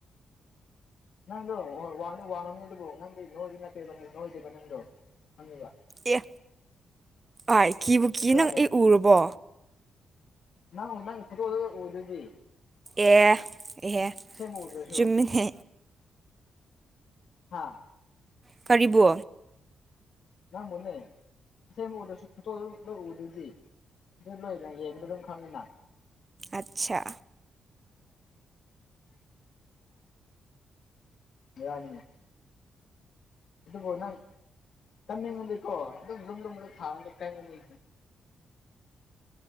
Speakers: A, on the left; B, on the right.
A: ꯅꯪꯗꯣ ꯍꯣꯏ ꯋꯥꯅꯤ ꯋꯥꯉꯝꯅꯤ ꯑꯗꯨꯕꯨ ꯅꯪꯗꯤ ꯅꯣꯏꯗꯤ ꯅꯠꯇꯦꯕ ꯅ ꯅꯣꯏꯗꯕ ꯅꯪꯗꯣ ꯈꯪꯉꯦꯕ
B: ꯑꯦ ꯑꯥꯏ ꯀꯤꯕꯨ ꯀꯦ
A: ꯅꯠꯇ꯭ꯔꯥꯅꯦ
B: ꯅꯪ ꯑꯩ ꯎꯔꯕꯣ꯫
A: ꯅꯪ ꯅꯪ ꯐꯣꯇꯣ ꯑꯗꯨ ꯎꯗꯨꯗꯤ
B: ꯑꯦ ꯑꯦꯍꯦ
A: ꯑꯁꯦꯡꯕ ꯎꯗ꯭ꯔꯁꯨ
B: ꯆꯨꯝꯃꯤꯅꯦ
A: ꯍꯥꯥ
B: ꯀꯔꯤꯕꯨ
A: ꯅꯪꯕꯨꯅꯦ ꯑꯁꯦꯡꯕ ꯑꯨꯗꯔꯁꯨ ꯐꯣꯇꯣ ꯂꯣꯏ ꯎꯕꯗꯨꯗꯤ ꯑꯗꯨ ꯂꯣꯏ <unintelligible> ꯑꯗꯨꯝ ꯈꯪꯏꯅ
B: ꯑꯆꯥ
A: ꯍꯥꯏꯅꯤ ꯑꯗꯨꯕꯨ ꯅꯪ ꯀꯟꯅꯤꯡꯉꯗꯤꯀꯣ ꯑꯗꯨꯝ ꯂꯨꯝ ꯂꯨꯝꯕꯗ ꯊꯥꯡꯅꯤ ꯀꯥꯟꯒꯅꯤ